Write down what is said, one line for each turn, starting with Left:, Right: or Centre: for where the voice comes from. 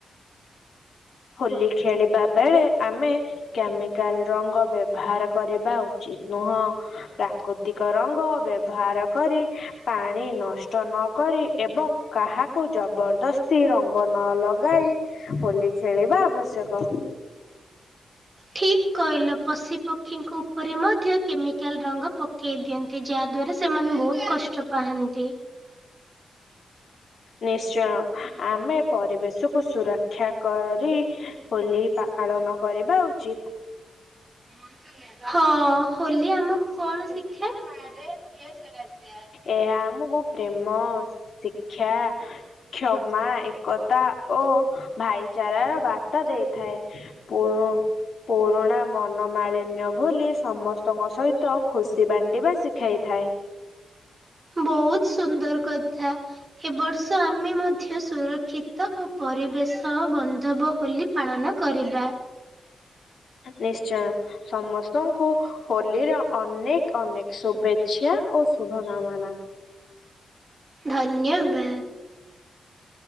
Left: ହୋଲି ଖେଳିବା ବେଳେ ଆମେ କ୍ୟାମିକାଲ ରଙ୍ଗ ବ୍ୟବହାର କରିବା ଉଚିତ ନୁହଁ। ପ୍ରାକୃତିକ ରଙ୍ଗ ବ୍ୟବହାରକରି ପାଣି ନଷ୍ଟ ନ କରି ଏବଂ କାହାକୁ ଜବରଦସ୍ତି ରଙ୍ଗ ନଲଗାଇ ହୋଲି ଖେଳିବା ଆବଶ୍ୟକ।
Right: ଠିକ କହିଲ ପଶି ପ କ୍ଷୀଙ୍କ ଉପରେ ମଧ୍ୟ କେମିକାଲ ରଙ୍ଗ ପକେଇ ଦିଅନ୍ତି ଯାହା ଦ୍ୱାରା ସେମାନେ ବହୁତ କଷ୍ଟ ପାଆନ୍ତି।
Left: ନିଶ୍ଚୟ, ଆମେ ପରିବେଶକୁୁ ସୁରକ୍ଷା କରି ହୋଲି ପା ପାଳନ କରିବା ଉଚିତ
Right: <inaudible> ହଁ ହୋଲି ଆମକୁ କଣ ଶିଖାଏ ବେସରଦିଆ
Left: ଏହା ଆମକୁ ପ୍ରେମ ଶିକ୍ଷା କ୍ଷମା ଏକତା ଓ ଭାଇଚାରାର ବାର୍ତ୍ତା ଦେଇଥାଏ। ପୋର ପୁରୁଣା ମନମାଳିନ୍ୟ ଭୁଲି ସମସ୍ତଙ୍କ ସହିତ ଖୁସି ବାଣ୍ଟିବା ଶିଖାଇ ଥାଏ।
Right: ବହୁତ ସୁନ୍ଦର କଥା ଏବର୍ଷ ଆମେ ମଧ୍ୟ ସୁରକ୍ଷିତ ଓ ପରିବେଶ ବନ୍ଧବ ହୋଲି ପାଳନ କରିବା।
Left: ନିଶ୍ଚୟ, ସମସ୍ତଙ୍କୁ ହୋଲିର ଅନେକ ଅନେକ ଶୁଭେଚ୍ଛା ଓ ଶୁଭ କାମନା।
Right: ଧନ୍ୟବାଦ।